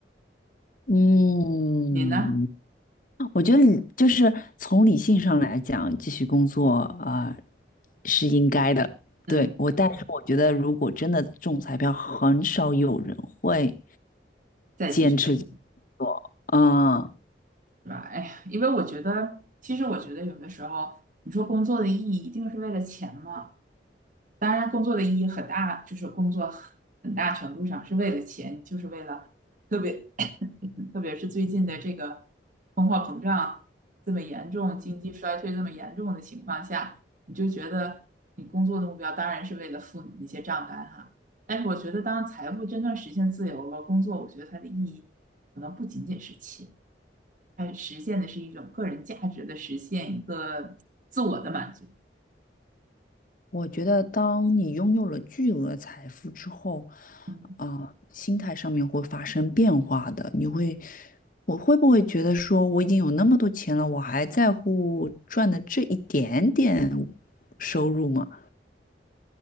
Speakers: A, on the left; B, on the right.
A: 嗯，
B: 你呢？
A: 我觉得理就是从理性上来讲，继续工作啊，是应该的。
B: 嗯，
A: 对，我，但是我觉得如果真的中彩票，很少有人会
B: 再继续工作。
A: 坚持。嗯，
B: 是吧？哎呀，因为我觉得，其实我觉得有的时候，你说工作的意义一定是为了钱吗？当然，工作的意义很大，就是工作很很大程度上是为了钱，就是为了特别特别是最近的这个通货膨胀这么严重、经济衰退这么严重的情况下，你就觉得你工作的目标当然是为了付你那些账单哈。但是我觉得，当财富真正实现自由了，工作我觉得它的意义可能不仅仅是钱。它实现的是一种个人价值的实现，一个自我的满足。
A: 我觉得当你拥有了巨额财富之后，
B: 嗯
A: 啊、心态上面会发生变化的。你会，我会不会觉得说我已经有那么多钱了，我还在乎赚的这一点点收入吗？